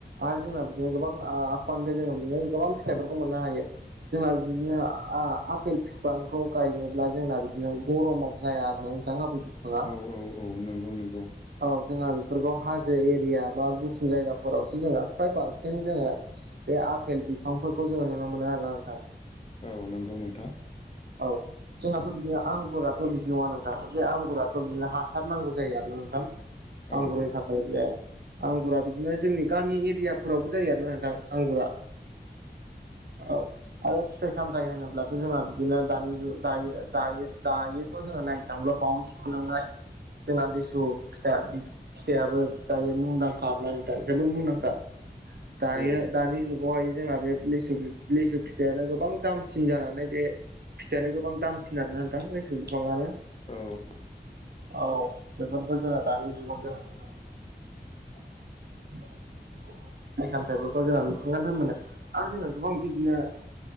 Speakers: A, on the right (about 65°); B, on the left (about 35°).
A: आरो जोंना बिदिनो गोबां आफांनिफ्राय जों बिदिनो गोबां फिथाइफोरखौ मोननो हायो। जोंहा बिदिनो आ-आफेल फिथ खौ गायनोब्ला जोंना बिदिनो गरमाव जाया आरो ना नोंथां बिफाङा।
B: औ औ नों नंगौ नंगौ
A: औ जोंहा बेफोरखौ हाजो एरिया बा गुसु जायगा फोरावसो जोङो फ्राय बांसिन जोङो बे आफेल बिफांफोरखौ जोङो नुनो मोनो आरोना नोंथां।
B: औ नोंगौ औ नोंथां
A: औ जोंहाथ' बिदिनो आंगुराथ' बिदि नङाना। जे आंगुराथ' बिदिनो हासार नांगौ जायो आरो ना नोंथां‌।
B: औ
A: आंगुरनि थाखाय <unintelligible> आंगुरा बि जोंनि गामि एरियाफोरावबो जायो आरोना नोंथां आंगुरा। औ। आरो फिथाइ सामथायाइ होनोब्लाथ' जोंहा बिदिनो दानि जुग दायो-दायो-दायो थ' जोङो नायनो थांब्ला बावनो से <unintelligible> लांनाय जोंना लेसु फिथ फिथाइाबो दायो मुंदांखा आरो ना जोबद मुंदांखा
B: औ
A: दायो दानि जुग बावहाय जोंना बे लिसु लिसु फिथाइयानो गोबां दामसिन जानानै बे फिथाइयानो गोबां दामसिन आरोना नोंथां लिसु बिफाङानो।
B: औ
A: औ बेफोरखौ जोङो दानि जुगाव जानला मोनला
B: <inaudible>
A: फिथाइ सामथायाइफोरखौ जों मिथिंगानिफ्राय मोनो आरो जोंना गोबां बिदिनो